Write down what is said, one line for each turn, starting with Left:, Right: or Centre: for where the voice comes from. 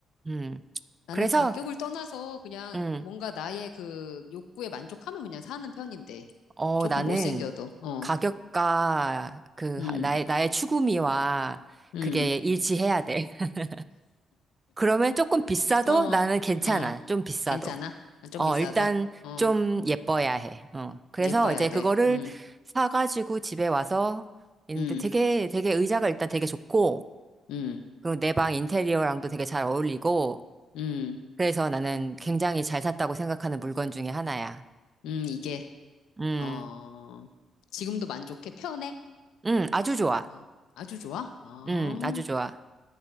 Right: 음.
Left: 나는
Right: 그래서,
Left: 가격을 떠나서 그냥
Right: 음,
Left: 뭔가 나의 그 욕구에 만족하면 그냥 사는 편인데.
Right: 어,
Left: 조금
Right: 나는
Left: 못생겨도, 어,
Right: 가격과 그,
Left: 음,
Right: 나의, 나의 추구미와
Left: 음,
Right: 그게 일치해야 돼. <laughs> 그러면 조금 비싸도
Left: 어,
Right: 나는 괜찮아.
Left: 어,
Right: 좀 비싸도.
Left: 괜찮아. 아, 좀
Right: 어,
Left: 비싸도,
Right: 일단
Left: 어,
Right: 좀 예뻐야 해. 어. 그래서
Left: 예뻐야
Right: 이제
Left: 돼.
Right: 그거를
Left: 음,
Right: 사가지고 집에 와서 있는데
Left: 음,
Right: 되게, 되게 의자가 일단 되게 좋고,
Left: 음,
Right: 그리고 내 방 인테리어랑도 되게 잘 어울리고,
Left: 음,
Right: 그래서 나는 굉장히 잘 샀다고 생각하는 물건 중에 하나야.
Left: 음, 이게,
Right: 음,
Left: 어, 지금도 만족해? 편해?
Right: 음, 아주 좋아.
Left: 어, 아주 좋아? 아,
Right: 음, 아주 좋아.